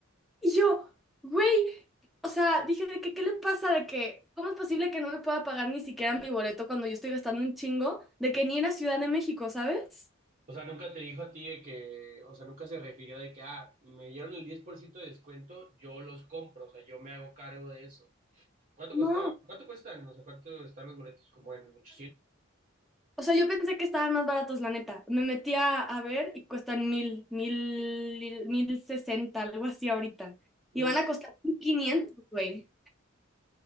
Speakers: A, in the centre; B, on the right.
A: Y yo, güey, o sea, dije, ¿de que qué le pasa? De que, ¿cómo es posible que no me pueda pagar ni siquiera mi boleto cuando yo estoy gastando un chingo de que ni en la Ciudad de México, ¿sabes?
B: O sea, nunca te dijo a ti de que, o sea, nunca se refirió de que, ah, me dieron el 10% de descuento, yo los compro, o sea, yo me hago cargo de eso. ¿Cuánto
A: No.
B: costaba? ¿Cuánto cuestan? O sea, ¿cuánto están los boletos? Como en 800.
A: O sea, yo pensé que estaban más baratos, la neta. Me metí a, a ver y cuestan mil, mil, mil sesenta, algo así ahorita.
B: No,
A: Y van a costar mil quinientos, güey.